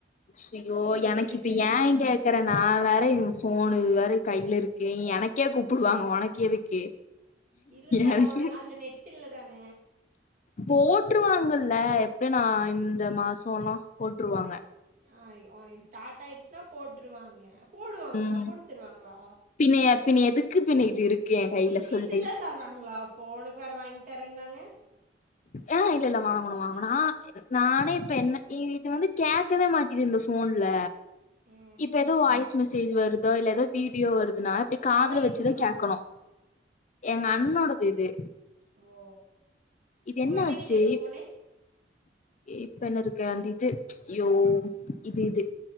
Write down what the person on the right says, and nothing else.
நிம்மதி
இருக்காது
இல்ல
உன அதுல நெட் இல்லதான
ஆயி ஒயி ஸ்டார்ட் ஆயிடுச்சுன்னா போட்டுருவாங்க போடுவாங்களா
போட்டு தருவாங்களா
இது
இதுதா சாப் பறாங்ளா அப்போ உனக்கு வேற வாங்கி தரேன்னாங்க
ஆ
பழைய
ஃபோனா
ஓ
உங்கள்
அண்ணங்கிட்ட என்ன ஃபோனு